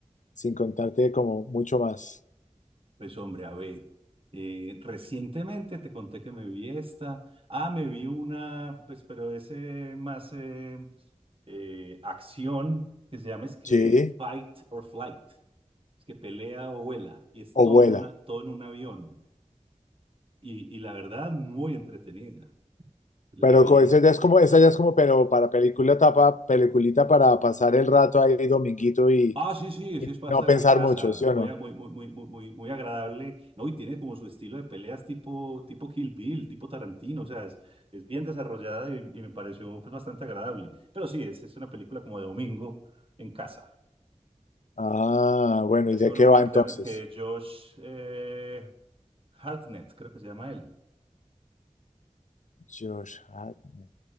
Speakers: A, on the left (about 75°); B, on the right (about 45°).
A: sin contarte como mucho más.
B: Pues hombre, a ver, eh, recientemente te conté que me vi esta. Ah, me vi una, pues, pero ese más eh, eh, acción que se llama es que
A: Sí,
B: Fight or Flight, es que pelea o vuela, y es
A: o
B: todo
A: vuela.
B: en una, todo en un avión. Y, y la verdad, muy entretenida. La
A: Pero
B: vi
A: co- esa ya es como, esa ya es como, pero para película tapa, peliculita para pasar el rato ahí dominguito y,
B: Ah, sí, sí,
A: y
B: sí, es pasta
A: no pensar
B: en la casa,
A: mucho, ¿sí
B: muy,
A: o no?
B: a- muy, muy, muy, muy, muy muy agradable, ¿no? Y tiene como su estilo de peleas tipo, tipo Kill Bill, tipo Tarantino, o sea, es, es bien desarrollada y, y me pareció pues, bastante agradable. Pero sí, es, es una película como de domingo en casa.
A: Ah, bueno,
B: Es
A: ¿y de
B: con
A: qué
B: un
A: va
B: man
A: entonces?
B: que se llama es que Josh eh, Hartnett, creo que se llama él.
A: Josh Hartnett.